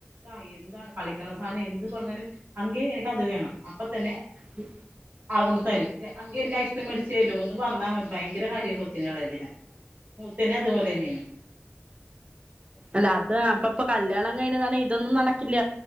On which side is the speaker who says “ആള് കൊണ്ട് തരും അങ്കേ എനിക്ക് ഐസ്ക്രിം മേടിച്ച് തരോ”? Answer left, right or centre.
Right